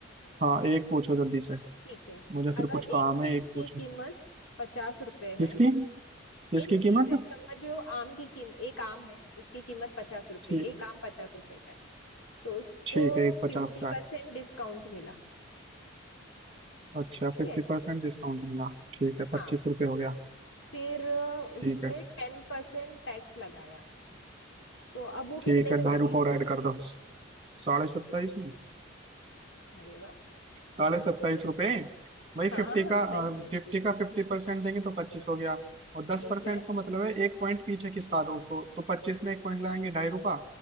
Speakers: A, on the right; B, on the left.
A: हाँ एक पूछो जल्दी से
B: ठीक है
A: मुझे
B: अगर
A: फिर कुछ काम
B: एक
A: है
B: चीज
A: एक
B: की
A: पूछो
B: कीमत पचास रुपए
A: किसकी
B: है
A: किसकी
B: एक चीज
A: कीमत
B: है समझ लो आम की कीम एक आम है उसकी कीमत पचास रुपए
A: ठीक
B: एक आम पचास रुपए का है तो उसको
A: ठीक है एक पचास
B: फिफ्टी
A: का है
B: परसेंट डिस्काउंट मिला
A: अच्छा
B: ठीक
A: फिफ्टी
B: है
A: परसेंट डिस्काउंट मिला ठीक है
B: हाँ
A: पच्चीस रुपये हो गया
B: फिर अ,
A: ठीक
B: उसमें
A: है
B: टेन परसेंट टैक्स लगाया तो अब वो
A: ठीक
B: कितने में
A: है ढाई
B: बिकेगा
A: रुपये रेड कर दो साढ़े सत्ताईस में
B: अरे वाह
A: साढ़े सत्ताईस रुपए भाई
B: हाँ
A: फिफ्टी
B: हाँ,
A: का
B: सही है
A: फिफ्टी का फिफ्टी परसेंट देंगे तो पच्चीस हो गया और दस
B: ठीक
A: परसेंट
B: है
A: का मतलब है एक पॉइंट पीछे खिसका दो उसको तो पच्चीस में एक पॉइंट लगाएंगे ढाई रुपया